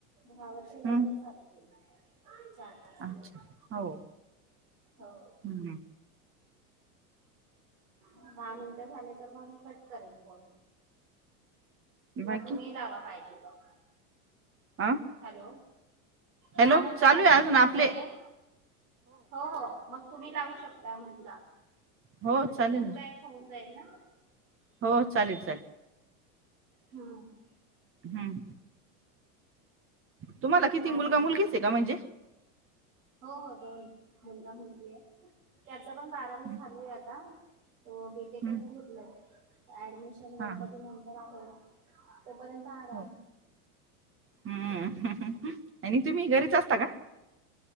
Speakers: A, on the right; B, on the right.
A: ह्या वर्षी लवकर
B: हम्म
A: चालू केलं चार पाच
B: अच्छा
A: दिवस
B: हो
A: हो
B: हम्
A: दहा मिनट झाले तर मग मी कट करेन फोन
B: बाकी
A: मग तुम्ही लावा पाहिजे त
B: अ
A: हॅलो
B: हॅलो
A: दहा मिनटं
B: चालू
A: झाली
B: आहे
A: की
B: अजून
A: कट
B: आपले
A: करेन हो हो मग तुम्ही लावू शकता म्हटल
B: हो
A: म्हणजे
B: चालेल
A: तुमचा
B: ना
A: एक होउन जाईल ना
B: हो चालेल चालेल
A: हम्
B: हम् तुम्हाला किती
A: काय
B: मुलगा
A: म्हणता
B: मुलगीच
A: मग आज?
B: आहे का म्हणजे
A: हो हो दोन मुलगा मुलगी आहे त्याचा पण बारावी
B: हम्म
A: झालीय आता हो बीटेकच
B: हम्म.
A: घेतलाय ऍडमिशन गणपती
B: हा हा
A: नंतर आहे तोपर्यंत आराम
B: हो हम्म ह आणि तुम्ही घरीच असता का